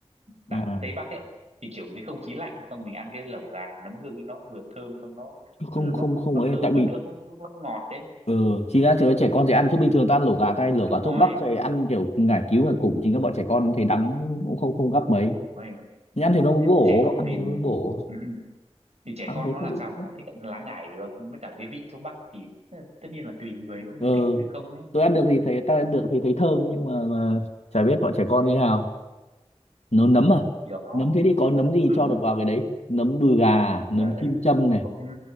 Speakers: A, on the right; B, on the left.
A: đằng
B: à
A: Tây Bắc ấy thì kiểu cái không khí lạnh xong mình ăn cái lẩu gà nấm hương ấy nó vừa thơm xong nó
B: không
A: tức là
B: không
A: nó
B: không
A: nó
B: ấy
A: thơm
B: tại
A: và
B: vì
A: nước nó, nó ngọt đấy
B: ừ, chính ra chớ trẻ con dễ ăn chứ bình thường ta ăn lẩu gà tay lẩu
A: đúng
B: gà
A: rồi
B: thuốc bắc rồi ăn kiểu ngải cứu ngải củng chính các bọn trẻ con thấy đắng cũng không không gấp mấy
A: đúng rồi
B: nhưng ăn thì nó mới
A: thế
B: bổ
A: trẻ con
B: ăn
A: thì
B: thì nó mới bổ
A: ừ, thì trẻ
B: ăn
A: con
B: thấy
A: nó
B: các
A: làm
B: vị
A: sao mà nó thích ăn lá ngải được với cả cái vị thuốc bắc thì ờ, tất nhiên là tùy người có người
B: ờ
A: thích có người không ấy
B: tôi ăn được thì thấy ta ăn được thì thấy thơm nhưng mà, mà chả biết bọn trẻ con như thế nào nấu nấm à
A: thì đó
B: nấm thế thì có nấm gì
A: ừ
B: cho được vào cái đấy nấm đùi gà nấm
A: trời
B: kim châm này
A: cũng